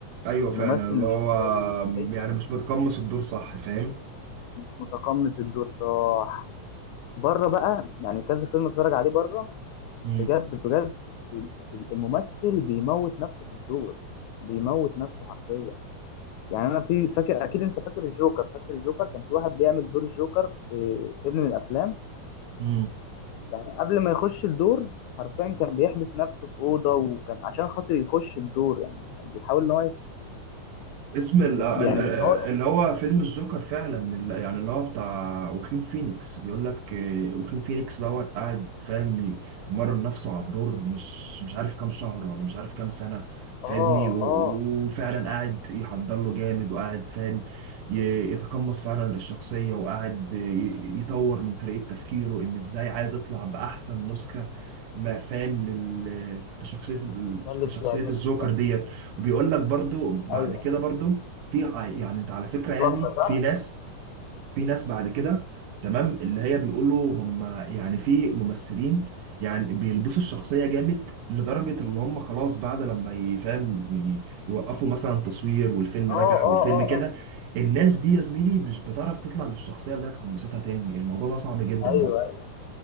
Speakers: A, on the right (about 85°); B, on the left (about 80°).
A: ايوه
B: الممثل
A: فعلا اللي هو
B: مش كويس، تحسه
A: يعني مش بتقمص الدور صح فاهم
B: مش متقمص الدور صح بره بقى يعني كذا فيلم اتفرج عليه بره
A: امم
B: بجد بجد الممثل بيموت نفسه في الدور بيموت نفسه حرفيا يعني انا في فاكر اكيد انت فاكر الجوكر فاكر الجوكر كان في واحد بيعمل دور الجوكر في فيلم من الافلام
A: امم
B: يعني قبل ما يخش الدور حرفيا كان بيحبس نفسه في اوضه وكان عشان خاطر يخش الدور يعني كان بيحاول ان هو ي-
A: اسم ال-
B: بيخ...
A: ال-
B: يعني
A: ال- آه،
B: ان هو
A: اللي هو فيلم الجوكر فعلا ال- يعني اللي هو بتاع واخين فينيكس بيقول لك آه، واخين فينيكس دوت قاعد فاهم ي- يمرن نفسه على الدور مش مش عارف كام شهر ولا مش عارف كام سنة فاهمني
B: اه
A: و-
B: اه
A: وفعلا قاعد يحضر له جامد وقاعد فاهم ي- يتقمص فعلا الشخصية وقاعد آه، ي- يطور من طريقة تفكيره ان ازاي عايز يطلع بأحسن نسخة ما فاهم لل- لشخصية ال-
B: ده اللي
A: لشخصية
B: بيعجبني
A: الجوكر
B: بقى
A: ديت بيقول لك برضو بعد
B: ايوه
A: كده برضو في يعني انت على فكرة
B: اتوفى
A: يعني
B: صح؟
A: في ناس في ناس بعد كده تمام اللي هي بيقولوا هم يعني في ممثلين يعني بيلبسوا الشخصية جامد لدرجة اللي هم خلاص بعد لما يفهم ي- يوقفوا مثلا تصوير والفيلم
B: اه
A: نجح
B: اه
A: والفيلم
B: اه
A: كده
B: اه
A: الناس دي يا زميلي مش بتعرف تطلع بالشخصية اللي هي اتقمصتها تاني الموضوع ده صعب جدا
B: ايوه